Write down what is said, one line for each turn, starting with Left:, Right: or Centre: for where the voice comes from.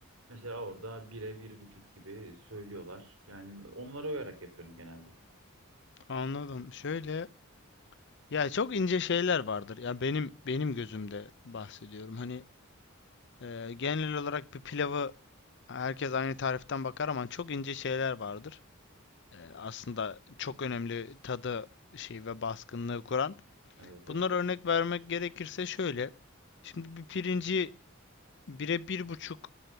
Right: Mesela orada bire bir buçuk gibi söylüyorlar. Yani onlara uyarak yapıyorum genelde.
Left: Anladım. Şöyle ya çok ince şeyler vardır. Ya benim benim gözümde bahsediyorum. Hani e, genel olarak bir pilavı herkes aynı tariften bakar ama çok ince şeyler vardır. E, aslında çok önemli tadı şey ve baskınlığı kuran.
Right: Evet evet.
Left: Bunlara örnek vermek gerekirse şöyle. Şimdi bir pirinci bire bir buçuk